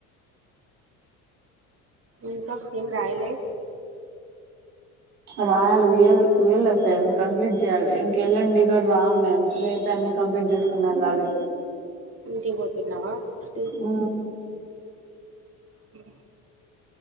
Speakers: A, on the right; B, on the right.
A: ఇంత ఏం రాయలే
B: రాయాలి వి య వి యా లే సే ఉంది కంప్లీట్ చేయ్యాలి ఇంకెళ్ళండి కూడా రాను నేను రేపే అన్ని కంప్లీట్ చేసుకుని వెళ్ళాలి
A: ఇంటికి పోతున్నావా వెన్స్డే
B: ఆ
A: ఒకే